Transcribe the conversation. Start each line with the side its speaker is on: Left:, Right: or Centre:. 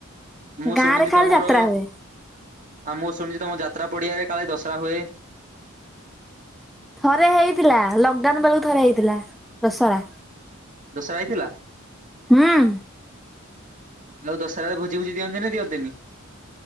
Right: ମୁଁ
Centre: ଗାଁ
Right: ଶୁଣିଛି
Centre: ରେ ଖାଲି
Right: ତମର
Centre: ଯାତ୍ରା ହୁଏ।
Right: ଆଉ ମୁଁ ଶୁଣିଛି ତମ ଯାତ୍ରା ପଡିଆରେ କାଳେ ଦଶରା ହୁଏ।
Centre: ଥରେ ହେଇଥିଲା ଲକଡାଉନ ବେଳକୁ ଥରେ ହେଇଥିଲା ଦଶରା।
Right: ଦଶରା ହେଇଥିଲା।
Centre: ହୁଁ
Right: ଆଉ ଦଶରା ରେ ଭୋଜି ଫୋଜି ଦିଅନ୍ତି ନା ଦିଅନ୍ତିନି।